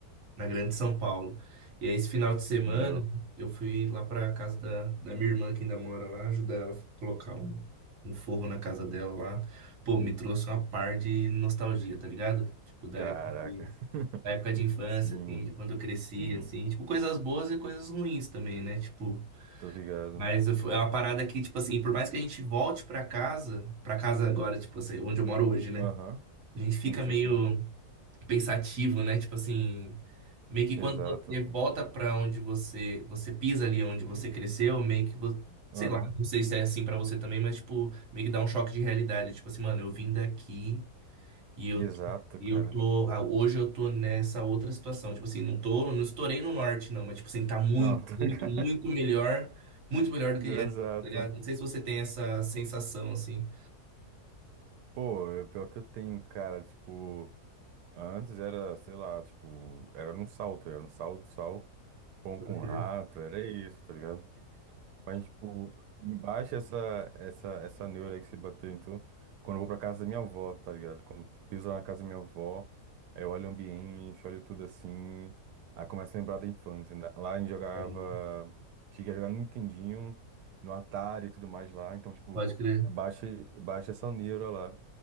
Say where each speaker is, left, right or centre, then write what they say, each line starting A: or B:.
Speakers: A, on the right; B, on the right.
A: na Grande São Paulo. E aí, esse final de semana,
B: entendeu?
A: eu fui lá para casa da, da minha irmã, que ainda mora lá, ajudar ela a colocar um, um forro na casa dela lá. Pô, me trouxe uma par de nostalgia, tá ligado? Tipo, da
B: Caraca.
A: época de,
B: <laughs>
A: da época de infância,
B: Sim,
A: assim, de quando eu cresci,
B: sim.
A: assim. Tipo, coisas boas e coisas ruins também, né? Tipo.
B: Tô ligado.
A: Mas eu fu- é uma parada que, tipo assim, por mais que a gente volte pra casa, pra casa agora, tipo assim, onde eu moro hoje, né?
B: Aham.
A: A gente
B: Sim,
A: fica
B: sim,
A: meio
B: sim.
A: pensativo, né? Tipo assim, meio que quando
B: Exato.
A: você volta pra onde você, você pisa ali onde você cresceu, meio que, vo- sei
B: Aham.
A: lá, não sei se é assim pra você também, mas tipo, meio que dá um choque de realidade, tipo assim, mano, eu vim daqui e eu
B: Exato,
A: tô- e
B: cara.
A: eu tô, ah, hoje eu tô nessa outra situação, tipo assim, não tô, não estourei no norte não, mas tipo assim, tá muito,
B: Não, tô
A: muito,
B: ligado.
A: muito melhor, muito melhor do
B: <laughs>
A: que era,
B: Exato.
A: tá ligado? Não sei se você tem essa sensação assim.
B: Pô, é o pior que eu tenho, cara. Tipo, antes era, sei lá, tipo, era no sal, tá ligado? Sal, sal, pão
A: Pode
B: com
A: crer.
B: rato, era isso, tá ligado? Mas, tipo, me baixa essa, essa, essa neura aí que se bateu em tu quando eu vou pra casa da minha avó, tá ligado? Quando eu piso lá na casa da minha avó, aí eu olho o ambiente, olho tudo assim, aí começo a lembrar da infância. né? Lá a gente jogava,
A: É, né?
B: cheguei a jogar no Nintendinho, no Atari e tudo mais lá, então, tipo,
A: Pode crer,
B: baixa, baixa essa neura lá.